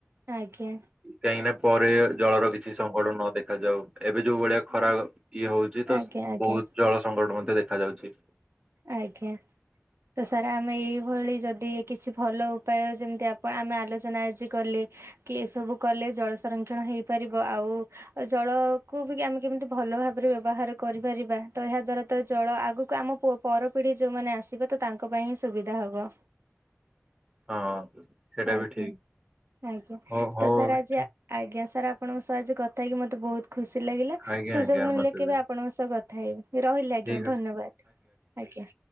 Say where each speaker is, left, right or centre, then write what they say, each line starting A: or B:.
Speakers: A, on the right; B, on the right.
A: ଆଜ୍ଞା।
B: କାହିଁକି ନା ପରେ ଜଳର କିଛି ସଙ୍କଟ ନ ଦେଖାଯାଉ ଏବେ ଯୋଉ ଭଳିଆ ଖରା ଇଏ ହୋଉଚି। ତ
A: ଆଜ୍ଞା ଆଜ୍ଞା
B: ବୋହୁତ ଜଳ ସଙ୍କଟ ମଧ୍ୟ ଦେଖାଯାଉଚି।
A: ଆଜ୍ଞା। ତ ସାର୍ ଆମେ ଏଇଭଳି ଯଦି କିଛି ଭଲ ଉପାୟ ଯେମିତି ଆପଣ ଆମେ ଆଲୋଚନା ଆଜି କଲେ। କି ଏସବୁ କଲେ ଜଳ ସଂରକ୍ଷଣ ହେଇପାରିବ, ଆଉ ଜଳକୁ ବି ଆମେ କେମିତି ଭଲ ଭାବରେ ବ୍ୟବହାର କରିପାରିବା ତ ଏହା ଦ୍ଵାରା ତ ଜଳ ଆଗକୁ ଆମ କୁ ପର ପିଢ଼ି ଯୋଉମାନେ ଆସିବ ତ ତାଙ୍କ ପାଇଁ ହିଁ ସୁବିଧା ହବ।
B: ହଁ ସେଇଟା
A: ଆଜ୍ଞା
B: ବି ଠିକ,
A: ଆଜ୍ଞା
B: ହଁ
A: ତ
B: ହୋଉ।
A: ସାର୍ ଆଜି ଆଜ୍ଞା ସାର୍ ଆପଣଙ୍କ ସହ ଆଜି କଥା ହେଇକି ମତେ ବୋହୁତ ଖୁସି ଲାଗିଲା
B: ଆଜ୍ଞା
A: ସୁଯୋଗ
B: ଆଜ୍ଞା
A: ମିଳିଲେ
B: ମତେ
A: କେବେ
B: ବି
A: ଆପଣଙ୍କ ସହ କଥା ଥାଏ ରହିଲି ଆଜ୍ଞା
B: ଠିକ
A: ଧନ୍ୟବାଦ
B: ଅଛି
A: ଆଜ୍ଞା।